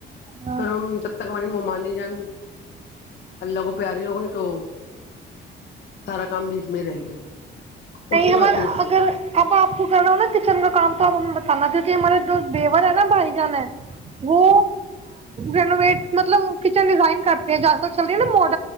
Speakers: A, on the right; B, on the left.
A: ہاں
B: پر ہم جب تک ہماری ممال جان اللہ کو پیاری ہو گئی تو سارا کام بیچ میں ہی رہ گیا
A: نہیں
B: اس کے
A: ہمار
B: بعد پھر
A: اگر اب آپ کو کر رہا ہوں نا کچن کا کام تو آپ ہمیں بتانا کیونکہ ہمارے جو دیور ہے نا بھائی جان ہے وہ رینویٹ مطلب کچن ڈیزائن کرتے آج تل چل رہی ہے نا مڈ